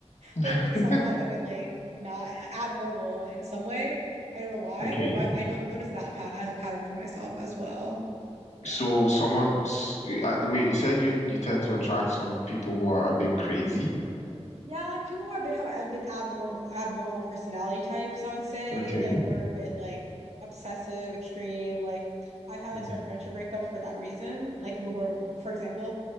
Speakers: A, on the left; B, on the right.
A: <laughs>
B: like a bit somewhat a bit like not abnormal in some way. I don't know why,
A: Okay.
B: but I, I know I've noticed that pat as a pattern for myself as well. Yeah.
A: So someone, s- uh, wait, you said you you tend to attract some people who are a bit crazy.
B: Yeah, like people who are a bit have a bit abnormal abnormal personality types, I would say.
A: Okay.
B: Like we're a bit like obsessive, extreme. Like I've had
A: Hmm.
B: like certain friendship breakups for that reason. Like people who are, for example,